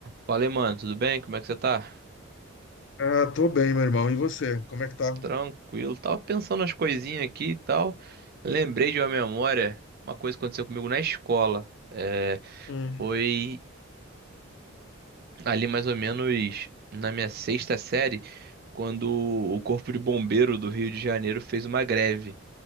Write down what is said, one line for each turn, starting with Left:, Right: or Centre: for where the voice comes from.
Right: Falei, mano, tudo bem? Como é que você tá?
Left: Ah, tô bem, meu irmão. E você? Como é que tá?
Right: Tranquilo. Tava pensando nas coisinhas aqui e tal. Lembrei de uma memória, uma coisa que aconteceu comigo na escola. É,
Left: Hum,
Right: foi ali mais ou menos na minha sexta série, quando o Corpo de Bombeiro do Rio de Janeiro fez uma greve.